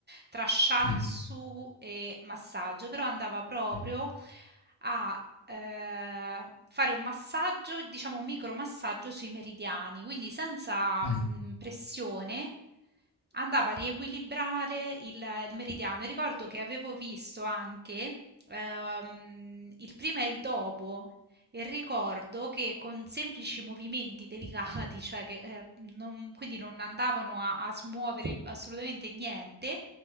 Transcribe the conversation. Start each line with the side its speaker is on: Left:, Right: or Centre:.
Right: tra shiatsu
Left: ok,
Right: e massaggio, però andava proprio
Left: sì,
Right: a eh, fare un massaggio, diciamo micromassaggio sui meridiani, quindi senza
Left: eh,
Right: mh, pressione andava a riequilibrare il, il meridiano. E Ricordo che avevo visto anche ehm, il prima e il dopo e ricordo che con semplici movimenti delicati, <laughs> cioè che, ehm, non quindi non andavano a a smuovere assolutamente niente,